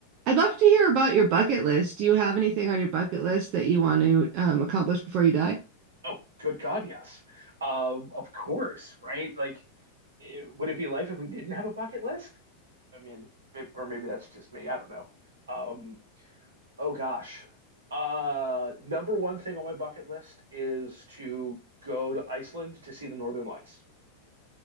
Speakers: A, on the right (about 40°); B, on the right (about 70°).
A: I'd love to hear about your bucket list. Do you have anything on your bucket list that you want to um, accomplish before you die?
B: Oh, good God, yes. Um, of course, right? Like, it- would it be life if we didn't have a bucket list? I mean, maybe, or maybe that's just me. I don't know. Um, oh gosh. Uh, number one thing on my bucket list is to go to Iceland to see the Northern Lights.